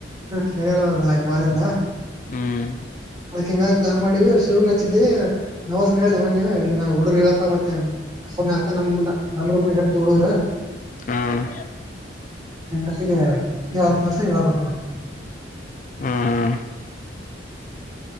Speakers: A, on the right; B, on the left.
A: ಸೆಗಾಲ ಹೌದ ಇಲ್ ಅದಿಂದ
B: ಹ್ಮ್
A: ಅದಕ್ ಹಿಂಗ ಪ್ಲಾನ್ ಮಾಡಿವ ಶೂಗ್ ನಚ್ಚಿದ್ದಿ ನವರ್ ಹೇಳೆ ಮನ್ನಿ ಹುಡರು ಹೇಳಪ್ಪ ಮತ್ತೆ ನಕ ನಮ ನಮ್ರಾರ ದೊಡ್ಡೋರ
B: ಹ್ಮ್
A: ಹಾಗೆ ಯಾರ ತಸ ಹೇಳಾಗುತ್ತ
B: ಹ್ಮ್